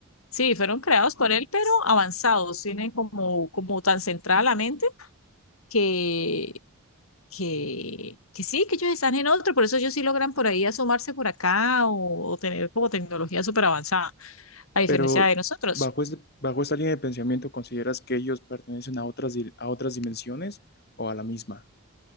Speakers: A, on the left; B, on the left.
A: sí, fueron creados por él, pero avanzados, tienen como, como tan centrada la mente que, que, que sí, que ellos están en otro, por eso ellos sí logran por ahí asomarse por acá o, o tener como tecnología súper avanzada, a diferencia
B: Pero
A: de nosotros.
B: bajo este, bajo esta línea de pensamiento, ¿consideras que ellos pertenecen a otras, di- a otras dimensiones o a la misma?